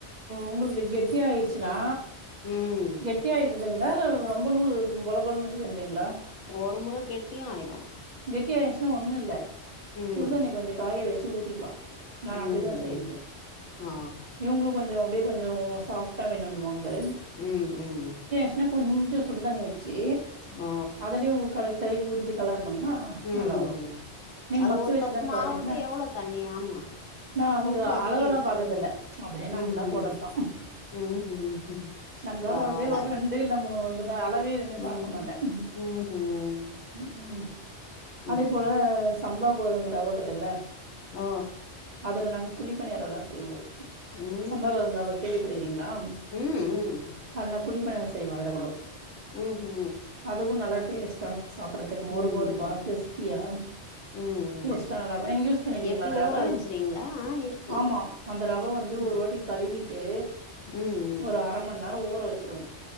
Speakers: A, on the right; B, on the left.
A: ஒங்களுக்கு கெட்டி ஆயிருச்சினா
B: ம்
A: கெட்டி ஆயி ருதுங்கிளா இல்ல ரொம்ப லூஸ் பொல பொலன்னுக்கீதுன்றிங்கிளா
B: ஒரு முற கெட்டியும் ஆயிடும்
A: கெட்டி ஆயிச்சின்னா ஒண்ணும் இல்ல
B: ம்
A: சுடு தண்ணி கொஞ்சம் காய வச்சி ஊத்திக்கிலா நானு
B: ம்ஹ்ம்
A: அப்டி தா செய்யந்து
B: ஆ
A: இவங்களும் கொஞ்சம் அப்டே கொஞ்சம் சாஃப்ட்டா வேணுன்னுவாங்க பாரு
B: ம் ம்
A: இன்னும் கொஞ்சோ சுடு தண்ணி வச்சி
B: ஆ
A: அதலே ஊ கல கலக்கி ஊத்திட்டு களரணும்
B: ம்
A: நல்லா வரும் நீங்க
B: அது
A: மத்து
B: ஒரு
A: வச்சி
B: கப்
A: தானா
B: மாவுக்கு
A: கறீங்க
B: எவ்ளோ தண்ணி ஆமா
A: நா வந்து
B: கொம்பு அதுக்கே
A: அளவெல்லாம்
B: இருக்கு
A: பாக்கறதில்ல
B: ம்
A: அப்டே நம்பளா
B: ம்ஹ்ம்
A: போடதா
B: ம்ஹ்ம்
A: நம்பளா
B: பரவால்ல
A: போறதே ஒரு ரெண்டு இல்ல மூணு வந்துடும் அளவே எதுவுமே பாக்க
B: ம்
A: மாட்டன்
B: ம்ஹ்ம்
A: ம் ம் அதே
B: ம்
A: போல சம்பா கோதும ரவ கீதுல்ல
B: ஓ
A: அதுல நாங்க குழிப்பணியாரல்லாம் செய்வோம்
B: ம்
A: சம்பதந்தவா கேள்விப்பட்டுக்கிறீங்ளா
B: ம் ம்
A: அதுல நா குழிப்பணியாரம் செய்வ அதல்ல கூடும்
B: ம்ஹூ
A: அதுவும் நல்லா டேஸ்ட்டா சாப்பறதுக்கு மொறு
B: ம்
A: மொறுப்பா கிறிஸ்ப்பியா
B: ம் ம்
A: டேஸ்ட்டா நல்லாதா யூஸ் பண்ணிக்கிறீங்கிளா
B: எப்டி
A: அந்த ரவ
B: ஊற வச்சுருவீங்களா ஆ இருக்கு
A: ஆமா அந்த ரவ வந்து
B: ம்
A: ஒரு வாட்டி கழுவிட்டு
B: ம்
A: ஒரு அர மண் நேரம் ஊற வச்சிருவோ